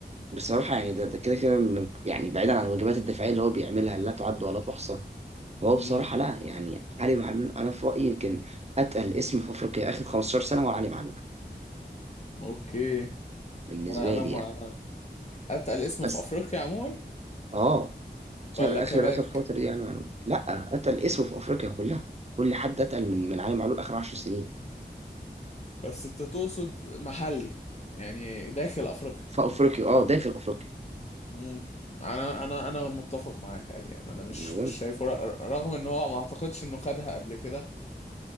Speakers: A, on the right (about 35°); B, on the left (about 35°).
A: بصراحه يعني ده ده كده كده م- يعني بعيدا عن الواجبات الدفاعيه اللي هو بيعملها لا تعد ولا تحصى هو بصراحه
B: امم
A: لا يعني علي معلول انا في رايي يمكن اتقل اسم في افريقيا اخر 15 سنه هو علي معلول
B: اوكي
A: بالنسبه
B: انا انا
A: لي
B: ما
A: يعني
B: انا اتقل اسم
A: بس
B: في افريقيا عموما
A: اه
B: ولا
A: اخر
B: كباك
A: اخر اخر فتره دي يعني معلول لا اتقل اسم في افريقيا كلها كل حد اتقل من من علي معلول اخر 10 سنين
B: بس انت تقصد محلي يعني داخل افريقيا
A: في افريقيا اه داخل افريقيا
B: مم. انا انا انا متفق معاك عادي يعني انا مش
A: زي ما بقول
B: مش شايفه ر- رغم ان هو ما اعتقدش انه خدها قبل كده